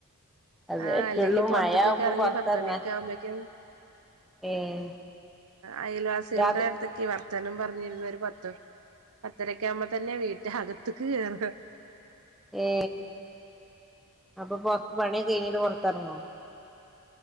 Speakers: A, in the centre; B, on the right (about 70°).
A: അത്
B: ആഹ്
A: പറ്റുള്ളൂ
B: അല്ലെങ്കി പൊറത്തൊക്കൊ
A: മഴയാവുമ്പോ
B: കറങ്ങി
A: പൊറത്തിറങ്ങാൻ
B: പത്തുമണിയൊക്കാ വുമ്പോഴേക്കും
A: ഏഹ്
B: അയൽവാസികളുടെ
A: രാത്രി
B: അടുത്തൊക്ക വർ വർത്താനം പറഞ്ഞിരുന്നൊരു പത്തെ പത്തരക്കാകുമ്പോ തന്നെ വീട്ടകത്തേക്ക് കേറ
A: ഏ അപ്പൊ പൊറത്ത് പണിയൊക്കെ കഴിഞ്ഞിട്ട് പൊറ റത്തിറങ്ങോ